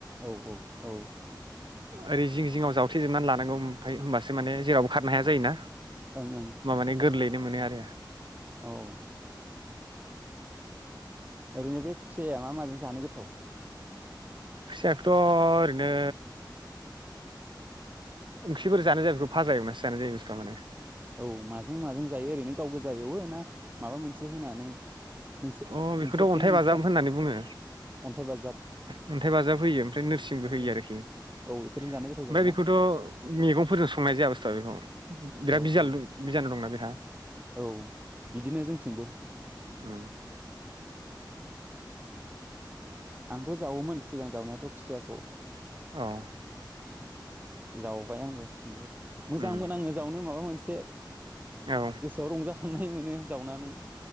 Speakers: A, on the right; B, on the right.
A: औ औ औ
B: ओरै जिं जिंङाव जावथेेजोबनानै लानांगौ ओमफ्राय होमबासो माने जेरावबो खारनो हाया जायोना
A: ओं
B: बा माने गोरलै मोनो आरो <inaudible>
A: औ ओरैनो बे खुसिाया मा माजों जानो गोथाव?
B: खुसियाखौथ' ओरैनो ओंख्रिफोर जानाय जाय बेखौ फाजा एवनासो जानाय जायो बस्थुआ माने
A: औ माजों माजों जायो ओरैनो गाव गो जा एवो ना माबा मोनसे होनानै नोंस
B: अ बेखौथ'
A: नोंसोरथिं
B: अन्थाइ
A: नोंस्रा
B: बाजाब होननानै बुङो
A: अन्थाइ बाजाब
B: अन्थाइ बाजाब होयो ओमफ्राय नोरसिंबो होयो
A: औ
B: आरोखि ओमफ्राय
A: औ बेफोरजों जानो गोथाव जायोना
B: बेखौथ' मैगंफोरजों संनाय जाया बुस्थुआ बेखौ, बिराद
A: औ
B: बिजालु
A: औ
B: दं बिजालु दंना बे होआ
A: औ बिदिनो जोंथिंबो,
B: उम
A: आंबो जावोमोन सिगां जावनायाथ' खुसियाखौ
B: औ
A: जावबाय आंबो बुहुद मोजां
B: उम
A: मोन नाङो जावनो माबा मोनसे से
B: औ
A: गोसोआव रंजाखांनाय मोनो, जावनानै